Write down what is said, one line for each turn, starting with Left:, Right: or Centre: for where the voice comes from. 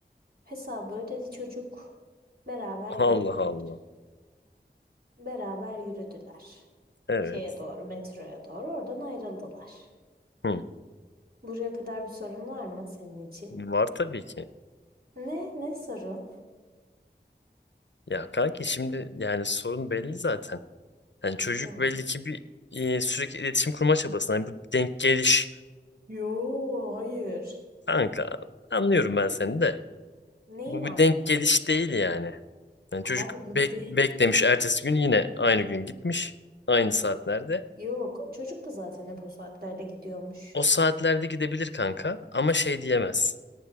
Right: Hesabı ödedi çocuk. Beraber yürüdüler.
Left: Allah Allah.
Right: Beraber yürüdüler.
Left: Evet.
Right: Şeye doğru, metroya doğru oradan ayrıldılar.
Left: Hı.
Right: Buraya kadar bir sorun var mı senin için?
Left: Var tabii ki.
Right: Ne? Ne sorun?
Left: Ya kanki şimdi yani sorun belli zaten. Yani çocuk
Right: Hı.
Left: belli ki bir e, sürekli iletişim kurma çabasında. Yani bu denk geliş
Right: Yo, hayır.
Left: kanka anlıyorum ben seni de.
Right: Neyi
Left: Bu
Right: mi
Left: bir
Right: anlıyorsun?
Left: denk geliş değil yani. Yani çocuk
Right: Abi bu
Left: bek-
Right: bir...
Left: beklemiş ertesi gün yine aynı gün gitmiş. Aynı saatlerde.
Right: Yok, çocuk da zaten hep o saatlerde gidiyormuş.
Left: O saatlerde gidebilir kanka ama şey diyemez.